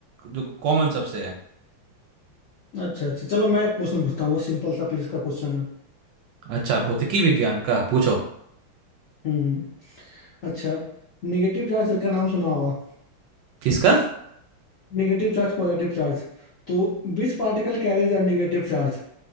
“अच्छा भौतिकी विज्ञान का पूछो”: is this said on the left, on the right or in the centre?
Right